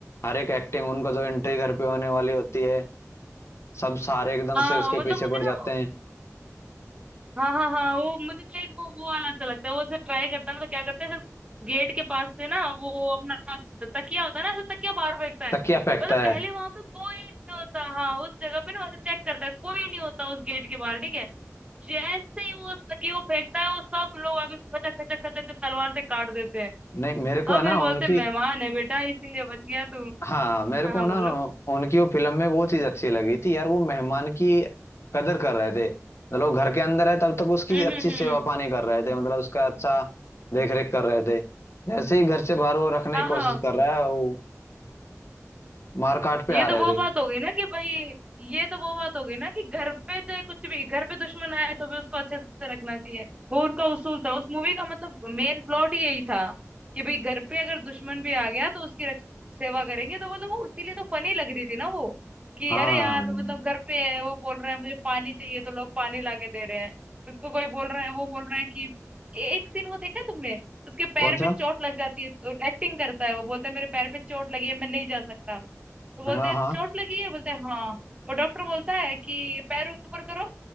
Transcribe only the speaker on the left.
हर एक एक्टिंग उनका जो एंट्री घर पे होने वाली होती है सब सारे एकदम
से उसके
पीछे
पड़ जाते
हैं
तकिया फेंकता
है
नहीं मेरे को
है
ना
उनकी
हाँ मेरे
को
ना
उनकी वो फिल्म में वो चीज अच्छी लगी थी यार वो मेहमान की कदर कर रहे थे मतलब वो घर के अंदर है तब तक उसकी
अच्छी
सेवा
पानी कर रहे थे मतलब उसका अच्छा देख रेख कर रहे थे जैसे ही घर से बाहर वो रखने
की कोशिश
कर रहा है वो मारकाट पे
आ
रहे
थे
हाँ
कौन
सा
हाँ
हाँ